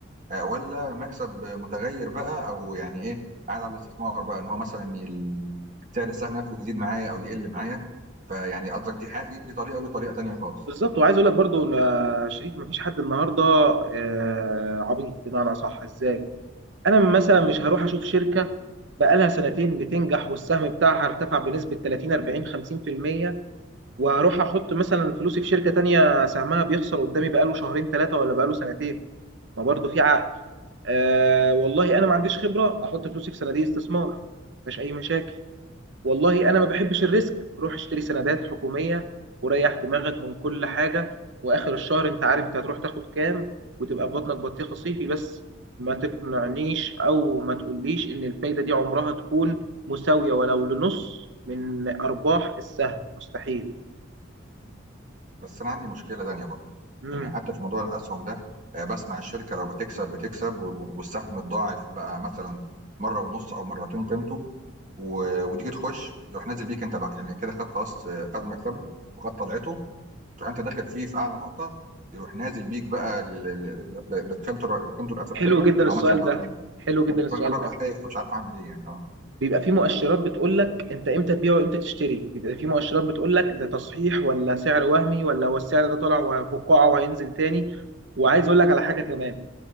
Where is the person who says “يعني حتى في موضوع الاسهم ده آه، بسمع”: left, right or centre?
Right